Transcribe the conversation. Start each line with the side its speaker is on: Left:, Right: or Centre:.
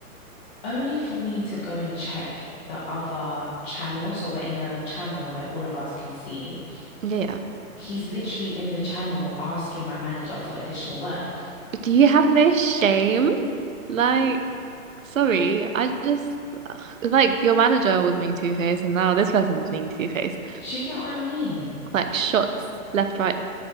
Left: only for me to go and check the other channel. So we're in a channel where all of us can see.
Right: Yeah, yeah.
Left: He's literally in the channel asking my manager for additional work.
Right: Do you have no shame? Like Sorry, I just ugh, it's like your manager was being two-faced and now this person's being two-faced.
Left: Do you get what I mean?
Right: Like shots left, right,